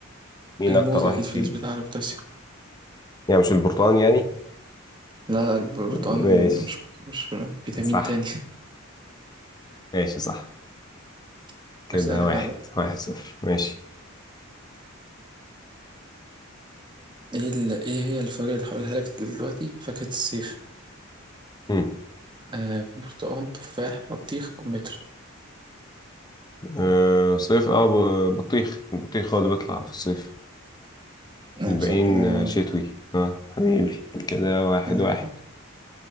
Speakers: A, on the left; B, on the right.
A: مين
B: الموز
A: اكتر واحد
B: اكيد
A: فيه
B: فيه نسبة اعلى بوتاسيوم
A: يعني مش البرتقال يعني
B: لا البروتون
A: ماشي
B: مش مش فيتامين
A: صح
B: تاني
A: ماشي صح
B: <laughs>
A: كده
B: اسألك
A: واحد
B: انا بقى
A: واحد صفر ماشي
B: ايه ال... ايه هي الفواكه اللي هقولها لك دلوقتي فاكهة الصيف
A: مم.
B: آه برتقال تفاح بطيخ كمثرى
A: أه صيف اه ب- بطيخ البطيخ هو اللي بيطلع في الصيف
B: ايوه
A: الباقيين
B: صح الله ينور
A: آه، شتوي
B: عليك
A: اه حبيبي كده واحد
B: ايوه
A: واحد
B: فاهم